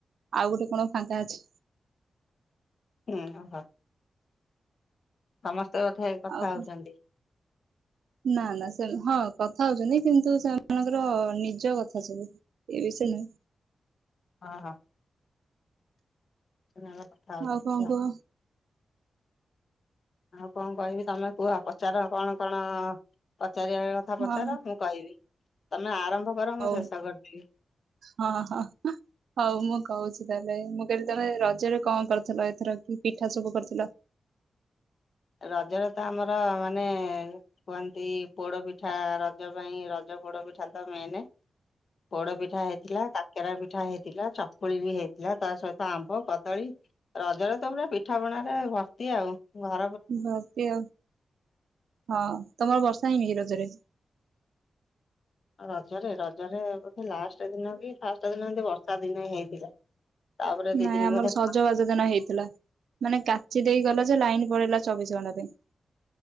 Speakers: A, on the right; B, on the left.
A: ଆଉ ଗୋଟେ କଣ ଫାଙ୍କା ଅଛି।
B: ହୁଁ ହୋ। ସମସ୍ତେ କଠ କଥା
A: ଆଉ
B: ହଉଛନ୍ତି।
A: ନା ନା ସେ ହଁ କଥା ହଉଛନ୍ତି କିନ୍ତୁ ସେମାନଙ୍କର ନିଜ କଥା ସବୁ। କିଛି ନୁହଁ।
B: ଓହୋ ନାଁ ବା କଥା ହେଉଥିଲି
A: ଆଉ କଣ
B: ତ
A: କୁହ
B: ଆଉ କଣ କହିବି ତମେ କୁହ ପଚାର କଣ କଣ ଚାରିଆଡ଼ କଥା ପଚାର
A: ହଁ
B: ମୁଁ କହିବି ତମେ ଆରମ୍ଭ କର ମୁଁ
A: ହଉ
B: ଶେଷ କରିଦେବି।
A: ହଁ ହଁ ହଉ ମୁଁ କହୁଛି। ତାହେଲେ ମୁଁ କହିଲି ତମେ ରଜରେ କଣ କରିଥିଲ ଏଥର କି ପିଠା ସବୁ କରିୁଥିଲ?
B: ରଜରେ ତ ଆମର ମାନେ କୁହନ୍ତି ପୋଡ଼ ପିଠା ରଜ ପାଇଁ ରଜ ପୋଡ଼ ପିଠା ତ ମନେ
A: କଣ?
B: ପୋଡ ପିଠା ହେଇଥିଲା, କାକେରା ପିଠା ହେଇ ଥିଲା ଚକୁଳି ବି ହେଇଥିଲା ତା ସହିତ ଆମ୍ବ କଦଳୀ ରଜରେ ତ ପୁରା ପିଠା ପଣାରେ ଭର୍ତ୍ତି ଆଉ ଘ
A: ଭ ଆ ହଁ ତମର ବର୍ଷ ନାଇଁ ଏ ରଜରେ
B: ରଜରେ - ରଜରେ ବୋଧେ ଲାଷ୍ଟ ଦିନ କି ଫାଷ୍ଟ ଦିନ ଏମିତି ବର୍ଷା ଦିନ ହେଇଥିଲା। ତାପରେ ଦି
A: ନାଇଁ
B: ଦିନ
A: ଆମର
B: ବୋଧେ
A: ସଜବାଜ ଦିନ ହେଇଥିଲା ମାନେ କାଚି ଦେଇ ଗଲା ଯେ ଲାଇନ ପଳେଇଲା ଚବିଶ ଘଣ୍ଟା ପାଇଁ